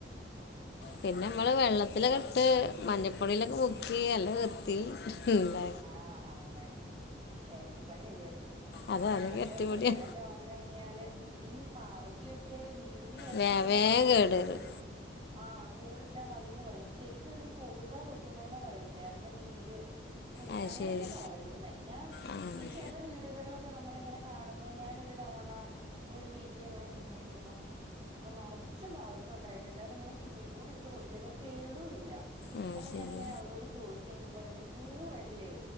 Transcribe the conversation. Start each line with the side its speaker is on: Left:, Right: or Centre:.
Right: ആഹ്.
Left: പിന്നെ നമ്മള് വെള്ളത്തിലൊക്കെ ഇട്ട് മഞ്ഞപ്പൊടിയിലൊക്കെ മുക്കി നല്ല വൃത്തിയിൽ ഇണ്ടാ
Right: ആഹ് അങ്ങനെ എരട്ടിപ്പണി അല്ലേത്
Left: അതെ
Right: ഞാൻപ്പൊ
Left: അത് കെട്ടിപ്പൊടിയാ
Right: കേടൊക്കെ വെ ന്നയ്ഞ്ഞാല് ഈ പാവയ്ക്കൊക്കെ വിരിഞ്ഞ് വരുമ്പോ
Left: വേ
Right: തന്നെ
Left: വേഗം
Right: കൂടിട്ട
Left: കേട് വരും
Right: ആഹ് കൂടിട്ടാ മതിന്ന് പറയും ശെരിക്കും അതൊരു കൊതുകാ കൊത്തുന്നെന്നാ പറയുന്നേ അതിന്റെ നീര് കുടി
Left: അത്
Right: അങ്ങനെയൊക്കെ
Left: ശരി
Right: പറയുന്നേ ഞാൻ
Left: ആഹ്
Right: ഈ ചെല വീടുകൾ നമ്മളിങ്ങനെ കാണുമ്പോ ഞാൻ ഒരു തവണ ഒരു വീട്ടിലിങ്ങനെ ചെന്ന് കഴിഞ്ഞപ്പം ന്നർച്ചും പാവക്ക ഉണ്ടായിട്ണ്ട് അത് ഇങ്ങനെ ഷിമ്മിക്കൂട് ഇട്ട് കൊടുത്തേക്ക കേടും ഇല്ല.
Left: ആഹ്
Right: അപ്പൊ
Left: ശരി
Right: ഞാനിങ്ങനെ അവരോട് ചോയ്ച്ച് കയ്ഞ്ഞപ്പോ പറഞ്ഞു പൂ വര്ല്ലേ